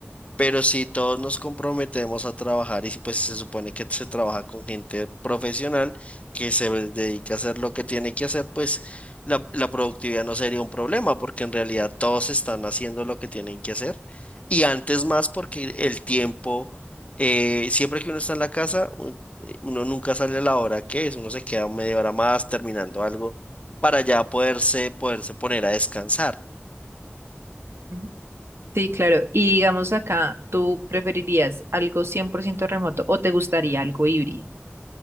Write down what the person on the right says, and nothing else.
Ujú. Sí, claro. Y digamos acá, ¿tú preferirías algo 100% remoto o te gustaría algo híbrido?